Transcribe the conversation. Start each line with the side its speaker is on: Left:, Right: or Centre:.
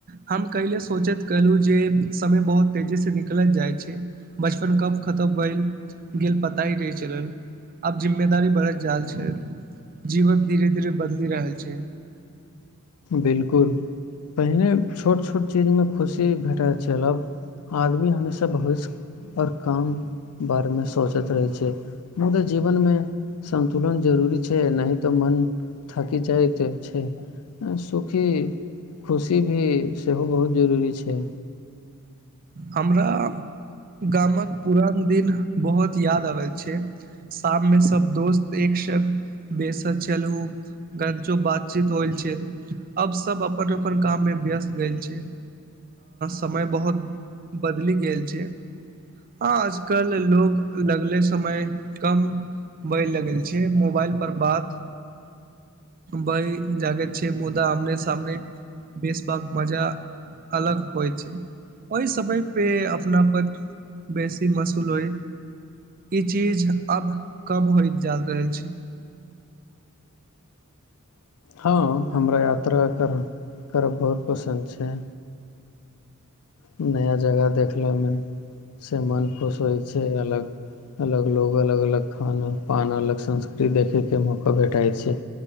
Right: हम कैल सोचैत केलहुँ जे समय बहुत तेजीसँ निकलैत जाइत छै बचपन कब खतम भेल गेल पता ही रहै चलल आब जिम्मेदारी बड़े झाल छै जीवन धीरे धीर बदल रहल छै
Left: बिलकुल पहिने छोट छोट चीजमे खुशी भेटैत छलब आदमी हमेशा भविष्य आओर काम बारेमे सोचैत रहै छै ह तऽ जीवन मे संन्तुलन जरूरी छै न तऽ मन थकि जाइत छै सुखी खुशी भी सेहो बहुत जरूरी छै
Right: हमरा गामक पुरान दिन बहुत याद आबल छै शाम मे सब दोस्त एक बेसर चलू अगर जो बात छै अब सब अपन अपन काम मे व्यस्त भेल छी समय बहुत बदलि गेल छै आ कल लोग लगले समय कम बय लगल छै मोबाइल पर बात बय जागैत मुदा आमने सामने बेसभक मजा अलग होइ छै ओहि समय पे अपनाप बेसी मसूल हो ई चीज अब कब होइत जा रहल छै <inaudible>
Left: हँ हमरा यात्रा कर करब बहुत पसन्द छै नया जगह देखलेमे से मन खुश होइ छै अलग अलग लोग अलग अलग खाना पान अलग संस्कृति देखैके मौका भेटाइ छै